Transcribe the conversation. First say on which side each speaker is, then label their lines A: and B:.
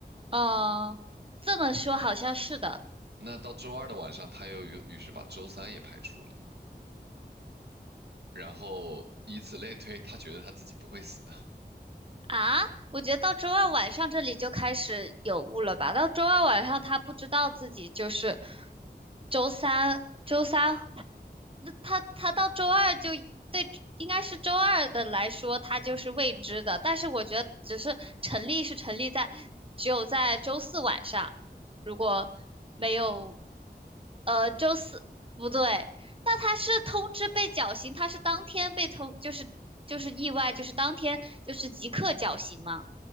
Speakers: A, on the right (about 30°); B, on the right (about 70°).
A: 哦，这么说好像是的
B: 那到周二的晚上，他又于于是把周三也排除了，然后以此类推，他觉得他自己不会死，
A: 啊。我觉得到周二晚上这里就开始有雾了吧？到周二晚上他不知道自己就是周三，周三他他到周二就对，应该是周二的来说，他就是未知的。但是我觉得，只是成立是成立在只有在周四晚上，如果没有，呃，周四不对，那他是通知被绞刑，他是当天被通，就是就是意外，就是当天就是即刻绞刑嘛。